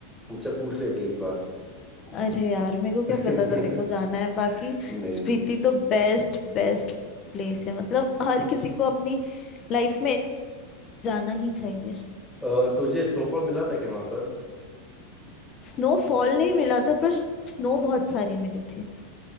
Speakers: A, in the centre; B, on the left.
A: मुझसे पूछ लेते एक बार
B: अरे यार मेरे को क्या
A: <laughs>
B: पता था तेरे को जाना है बाकी
A: नहीं
B: स्पीति
A: नहीं
B: तो बेस्ट बेस्ट प्लेस है मतलब हर किसी को अपनी लाइफ में जाना ही चाहिए
A: अ, तुझे स्नोफॉल मिला था क्या वहां पर
B: स्नोफॉल नहीं मिला था पर स्नो बहुत सारी मिली थी